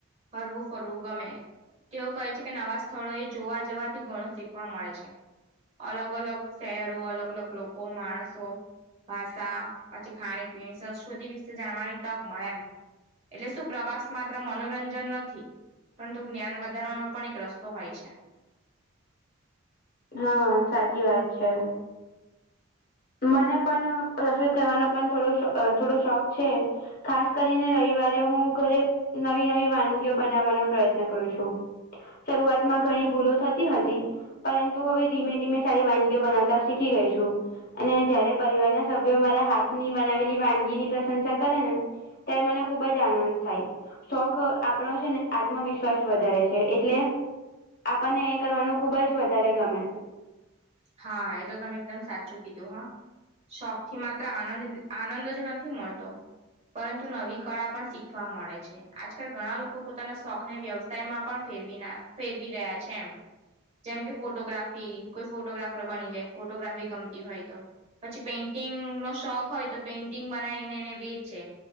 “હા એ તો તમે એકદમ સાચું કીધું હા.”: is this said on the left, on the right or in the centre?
Right